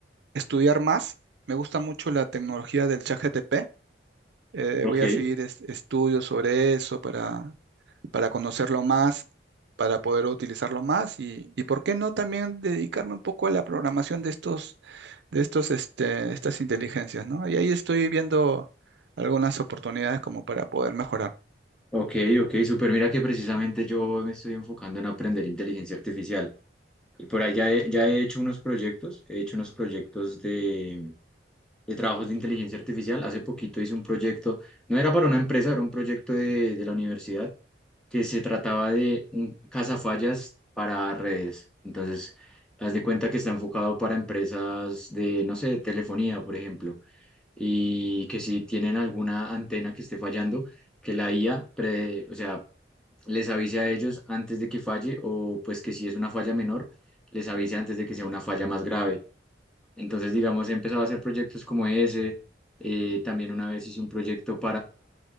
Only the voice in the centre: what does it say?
Ok,
ok, ok, súper. Mira que precisamente yo me estoy enfocando en aprender inteligencia artificial. Y por ahí ya he, ya he hecho unos proyectos, he hecho unos proyectos de, de trabajos de inteligencia artificial. Hace poquito hice un proyecto, no era para una empresa, era un proyecto de, de la universidad que se trataba de un cazafallas para redes. Entonces, haz de cuenta que está enfocado para empresas de, no sé, de telefonía, por ejemplo, y que si tienen alguna antena que esté fallando, que la IA, pre- o sea, les avise a ellos antes de que falle o pues que si es una falla menor, les avise antes de que sea una falla más grave. Entonces, digamos, he empezado a hacer proyectos como ese. eh, también una vez hice un proyecto